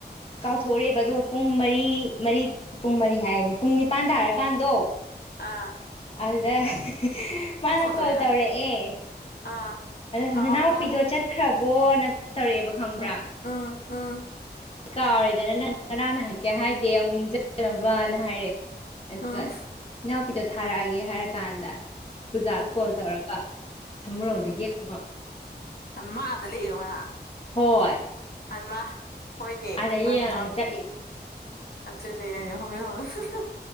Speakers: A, on the left (about 30°); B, on the left (about 60°).
A: ꯊꯣꯔꯛꯑꯦꯕ ꯑꯗꯣ ꯄꯨꯡ ꯃꯔꯤ ꯃꯔꯤ ꯄꯨꯡ ꯃꯔꯤ ꯍꯥꯏꯔꯦꯅꯦ ꯄꯨꯡ ꯅꯤꯄꯥꯟ ꯇꯥꯔꯀꯥꯟꯗꯣ
B: ꯑꯥ
A: ꯑꯗꯨꯗ ꯃꯥꯅ
B: ꯐꯣꯟ ꯇꯧꯔꯛꯏꯔꯥ
A: ꯀꯣꯜ ꯇꯧꯔꯛꯑꯦ
B: ꯑꯥ
A: ꯑꯗ
B: ꯀꯥꯎꯔꯕ
A: ꯅꯅꯥꯎꯄꯤꯗꯣ
B: ꯍꯥꯏꯅ
A: ꯆꯠꯈ꯭ꯔꯕꯣꯅ ꯇꯧꯔꯛꯑꯦꯕ ꯈꯪꯕ꯭ꯔꯥ
B: ꯎꯝ ꯎꯝ ꯎꯝ
A: ꯀꯥꯎꯔꯦꯗꯅ ꯅꯪ ꯉꯔꯥꯡ ꯅ ꯍꯥꯏꯔꯛꯀꯦ ꯍꯥꯏꯗꯦ ꯑꯃꯨꯛ ꯅꯤꯡꯁꯤꯡꯅꯕꯅ ꯍꯥꯏꯔꯦ ꯑꯗꯨꯒ
B: ꯎꯝ
A: ꯏꯅꯥꯎꯄꯤꯗꯣ ꯊꯥꯔꯛꯑꯒꯦ ꯍꯥꯏꯔ ꯀꯥꯟꯗ ꯄꯨꯖꯥ ꯀꯣꯜ ꯇꯧꯔꯒ ꯁꯃꯨꯔꯧꯗꯒꯤ
B: ꯎꯝ
A: ꯑꯃꯨꯛ
B: ꯃꯥ ꯑꯗ ꯂꯦꯛꯏꯔꯣꯉꯔꯥꯡ
A: ꯍꯣꯏ
B: ꯍꯥꯏꯃꯥ ꯍꯣꯏꯅꯦ
A: ꯑꯥꯗ ꯌꯦꯡꯉ
B: ꯃꯥꯁꯨ ꯚꯥꯞ
A: ꯆꯠꯂꯤꯅꯦ
B: ꯑꯗꯨꯅꯦ ꯑꯩ ꯍꯣꯕꯦ ꯍꯣꯕꯦ ꯍꯥꯍꯥꯍꯥ